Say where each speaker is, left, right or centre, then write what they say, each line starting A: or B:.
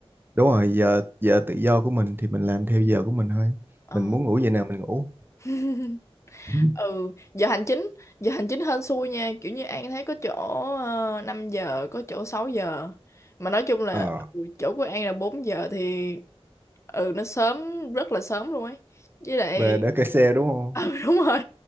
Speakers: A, on the right; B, on the left.
A: đúng rồi giờ giờ tự do của mình thì mình làm theo giờ của mình thôi
B: Ờ.
A: mình muốn ngủ giờ nào mình ngủ
B: <laughs>
A: <laughs>
B: Ừ, giờ hành chính, giờ hành chính hên xui nha, kiểu như An thấy có chỗ uh, 5 giờ, có chỗ 6 giờ. Mà nói chung là
A: ờ
B: ừ, chỗ của An là 4 giờ thì ừ nó sớm rất là sớm luôn ấy. Với lại
A: về để cày xe đúng không
B: ừ <laughs> đúng rồi.